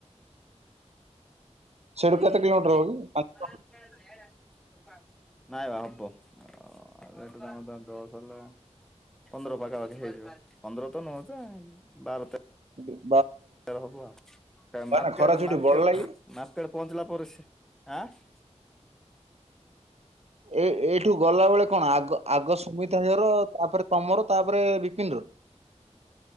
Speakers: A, in the centre; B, on the right.
A: ନ
B: ସେଠୁ
A: ଏଇଠୁ
B: କେତେ କିଲୋମିଟର
A: କିଇ
B: ହବ
A: ମ
B: କି? ପାଞ୍ଚ-
A: କାରଣ <inaudible> ନାଇଁ ବା ହବ ଆଠୁ ଜଣଥା ହେଲେ ପନ୍ଦର ପାଖାପାଖି ହେଇଯିବ ପନ୍ଦର ତ ନ ତ ବାର ତାରଖ <inaudible>
B: ହ <inaudible>
A: ହବ ମାର୍କେଟ
B: ନା ଖରା ଛୁଟି
A: ମାର୍କେଟ
B: ବଳ ଲାଗି
A: ମାର୍କେଟ ପହଞ୍ଚିଲା ପରେ ସେ ଆାଁ
B: ଏ ଏଇଠୁ ଗଲାବେେଳେ କଣ ଆଗ ଆଗ ସୁମିଥା ହେର ତାପରେ ତମର ତାପରେ ବିପିନ ର।